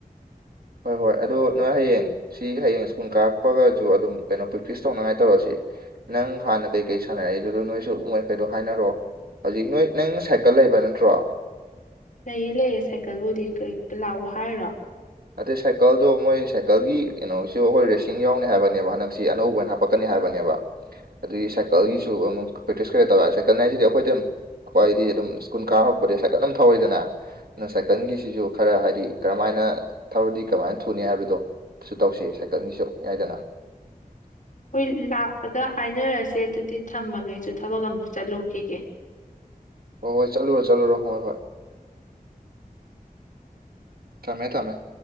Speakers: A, on the right; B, on the left.
A: ꯍꯣꯏ ꯍꯣꯏ ꯑꯗꯨ ꯅꯣꯏ ꯍꯌꯦꯡ ꯁꯤꯒꯤ ꯍꯌꯦꯡ ꯁ꯭ꯀꯨꯜ ꯀꯥꯔꯛꯄꯒꯁꯨ ꯑꯗꯨꯝ ꯀꯩꯅꯣ ꯄ꯭ꯔꯦꯛꯇꯤꯁ ꯇꯧꯅꯉꯥꯏ ꯇꯧꯔꯁꯦ ꯅꯪ ꯍꯥꯟꯅ ꯀꯩꯀꯩ ꯁꯥꯟꯅꯔꯛꯏꯗꯨ ꯅꯣꯏꯁꯨ ꯃꯣꯏꯈꯩꯗꯣ ꯍꯥꯏꯅꯔꯛꯑꯣ ꯍꯧꯖꯤꯛ ꯅꯣꯏ ꯅꯪ ꯁꯥꯏꯀꯜ ꯂꯩꯕ ꯅꯠꯇ꯭ꯔꯣ
B: ꯂꯩꯌꯦ ꯂꯩꯌꯦ ꯁꯥꯏꯀꯜꯕꯨꯗꯤ ꯀꯩ ꯂꯥꯛꯑꯣ ꯍꯥꯏꯔꯣ
A: ꯑꯗꯨꯏ ꯁꯥꯏꯀꯜꯗꯣ ꯃꯣꯏ ꯁꯥꯏꯀꯜꯒꯤ ꯀꯩꯅꯣꯁꯨ ꯑꯩꯈꯣꯏ ꯔꯦꯁꯤꯡ ꯌꯥꯎꯅꯤ ꯍꯥꯏꯕꯅꯦꯕ ꯍꯟꯗꯛꯁꯤ ꯑꯅꯧꯕ ꯍꯥꯞ ꯄꯛꯀꯅꯤ ꯍꯥꯏꯕꯅꯦꯕ ꯑꯗꯨꯒꯤ ꯁꯥꯏꯀꯜꯒꯤꯁꯨ ꯑꯃꯨꯛ ꯄ꯭ꯔꯦꯛꯇꯤꯁ ꯈꯔ ꯇꯧ ꯁꯥꯏꯀꯜ ꯍꯥꯏꯁꯤꯗꯤ ꯑꯩꯈꯣꯏꯗꯤ ꯑꯩꯈꯣꯏꯗꯤ ꯑꯗꯨꯝ ꯁ꯭ꯀꯨꯜ ꯀꯥ ꯍꯧꯔꯛꯄꯗꯒꯤ ꯁꯥꯏꯀꯜ ꯑꯗꯨꯝ ꯊꯧꯋꯤꯗꯅ ꯅ ꯁꯥꯏꯀꯜꯒꯤꯁꯤꯁꯨ ꯈꯔ ꯍꯥꯏꯗꯤ ꯀꯔꯝꯃꯥꯏꯅ ꯊꯧꯔꯗꯤ ꯀꯃꯥꯏꯅ ꯊꯨꯅꯤ ꯍꯥꯏꯕꯗꯣ ꯇꯧꯁꯦ ꯁꯥꯏꯀꯜꯒꯤꯁꯨ ꯌꯥꯏꯗꯅ
B: ꯍꯣꯏ ꯂꯥꯛꯄꯗ ꯍꯥꯏꯅꯔꯁꯦ ꯑꯗꯨꯗꯤ ꯊꯝꯃꯒꯦ ꯑꯩꯁꯨ ꯊꯕꯛ ꯑꯝꯇ ꯆꯠꯂꯨꯈꯤꯒꯦ
A: ꯍꯣꯏ ꯍꯣꯏ ꯆꯠꯂꯨꯔꯣ ꯆꯠꯂꯨꯔꯣ ꯍꯣꯏ ꯍꯣꯏ ꯊꯝꯃꯦ ꯊꯝꯃꯦ